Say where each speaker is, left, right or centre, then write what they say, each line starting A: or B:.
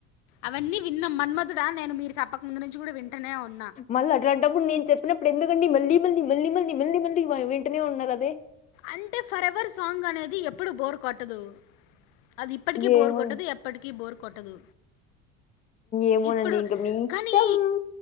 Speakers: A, on the left (about 85°); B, on the left (about 20°).
A: అవన్నీ విన్నాం మన్మధుడా నేను మీరు చెప్పకముందు నుంచి కూడా వింటనే ఉన్న
B: మళ్ళా అట్లాంటప్పుడు నేను చెప్పినప్పుడు ఎందుకండి మళ్ళీ మళ్ళీ మళ్ళీ మళ్ళీ మళ్ళీ మళ్ళీ వెంటనే ఉన్నారు అదే
A: అంటే ఫర్ ఎవర్ సాంగ్ అనేది ఎప్పుడు బోర్ కొట్టదు అది ఇప్పటికీ బోరు
B: ఏమోనండి.
A: కొట్టదు ఎప్పటికీ బోరు కొట్టదు
B: ఏమోనండి
A: ఇప్పుడు
B: ఇంక మీ ఇష్టం.
A: కానీ